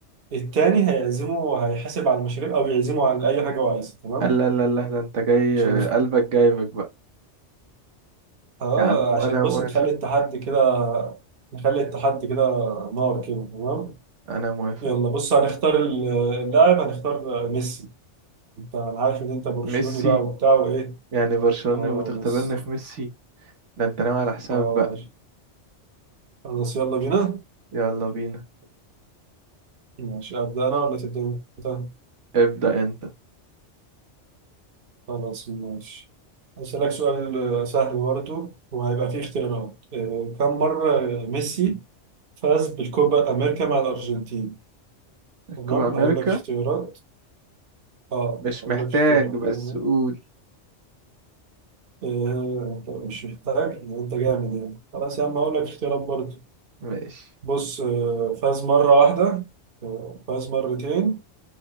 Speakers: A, on the right; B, on the right.
A: التاني هيعزمه هيحاسب على المشاريب او يعزمه على اي حاجة هو عايزها تمام
B: لا لا لا ده انت جاي
A: عشان
B: قلبك جايبك بقى
A: اه
B: يا عم
A: عشان
B: انا
A: بص
B: موافق
A: نخلي التحدي كده نخلي التحدي كده نار كده تمام
B: انا موافق
A: يلا بص هنختار ال- اللاعب هنختار ميسي انت انا عارف ان انت برشلوني
B: ميسي
A: بقى وبتاع وايه
B: يعني برشلونة
A: اه
B: وبتختبرني
A: ميسي
B: في ميسي ده انت ناوي على حساب
A: اه
B: بقى
A: خلاص يلا بينا
B: يلا بينا
A: ماشي ابدا انا ولا تبدا انت
B: ابدأ انت
A: خلاص ماشي هسألك سؤال سهل برضو وهيبقى فيه اختيارات آه، كم مرة ميسي فاز بالكوبا أمريكا مع الأرجنتين
B: الكوبا
A: تمام
B: امريكا
A: هقول لك اختيارات اه
B: مش
A: هقول
B: محتاج
A: لك اختيارات
B: بس
A: تمام
B: قول
A: إيه انت مش محتاج يعني انت جامد يعني خلاص يا عم اقول لك اختيارات برضه
B: ماشي
A: بص آه، فاز مرة واحدة آه، فاز مرتين